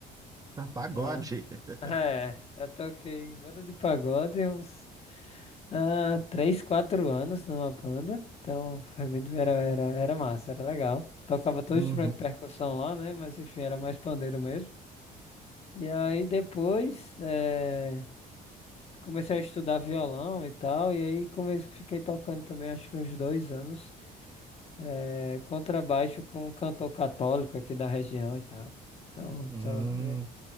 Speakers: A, on the right (about 20°); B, on the left (about 35°).
A: <laughs> Pagode.
B: Já... <laughs>
A: <laughs>
B: É, eu toquei em banda de pagode uns. ah, três, quatro anos numa banda. Então, foi bem, di- era, era, era massa, era legal. Tocava todo
A: Uhum.
B: instrumento de percussão lá, né? Mas enfim, era mais pandeiro mesmo. E aí depois eh, comecei a estudar violão e tal. E aí comecei, fiquei tocando também, acho que uns dois anos, eh, contrabaixo com um cantor católico aqui da região e tal. Então,
A: Hum,
B: só- minha,